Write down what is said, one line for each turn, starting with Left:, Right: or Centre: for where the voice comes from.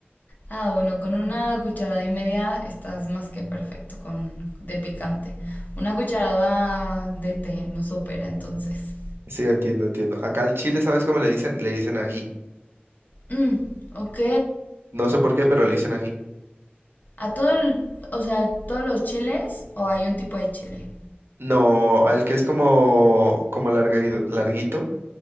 Left: ah, bueno, con una cucharada y media estás más que perfecto con de picante. Una cucharada de té nos opera entonces.
Right: Sí, entiendo, entiendo. Acá al chile, ¿sabes cómo le dicen? Le dicen ají.
Left: Mm, ok.
Right: No sé por qué, pero le dicen ají.
Left: A todo el- o sea, todos los chiles o hay un tipo de chile.
Right: No, el que es como, como larguito, larguito,